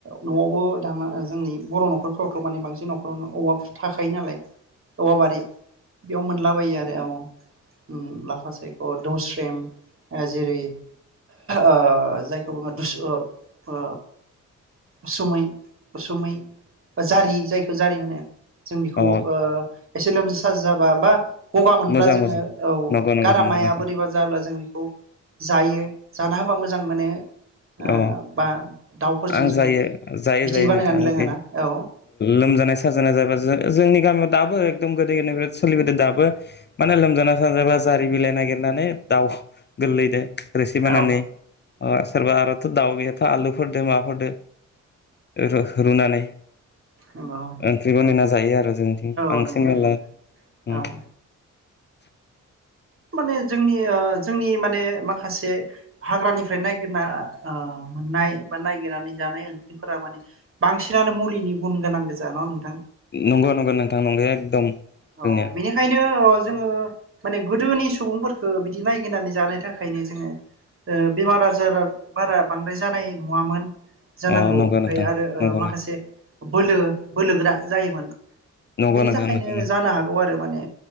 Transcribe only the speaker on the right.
न'आवबो दा जोंनि बर' न'खरफ्रावथ' माने बांसिन न'खरावनो औवा थाखायो नालाय औवाबारि बेयाव मोनला आ आरो औ उम लाफासै - अ दौस्रेम ओ जेरै ओ जायखौ बुङो दुसु ओ ओ उसुमै उसुमै बा जारि जायखौ जारि होनो। जों बेखौ
ओ एसे लोमजा साजा जाबा बा गगा मोनब्ला
जोङो
औ
गारामाया
बोरैबा बा जों बेखौ जायो, जाना होबा मो जां मोनो। ओ
बा दाउफोरजों
जोङो
बिदै
बानायनानै
लोङोना
औ
औ
नंगौ
औ
औ नंगौ
नंगौ
औ
माने जोंनि ओ जोंनि माने माखासे हाग्रानिफ्राय नायगिरना आ मोननाय बा नागिरनानै जानाय ओंख्रिफोरा माने बांसिनानो मुलिनि गुन गोनां गो जान' नों
औ बेनिखायनो ओ जोङो माने गोदोनि सुबुंफोरफोरखौ बिदि नायगिरनानै जानाय थाखायनो जोङो ओ बेमार आजारा बारा बांद्राय जानाय नुङामोन जानांगौ
ओमफ्राय
आरो ओ
माखासे बोलो बोलोगोरा जायोमोन
बेनि
थाखायनो
जानो हागौ आरो माने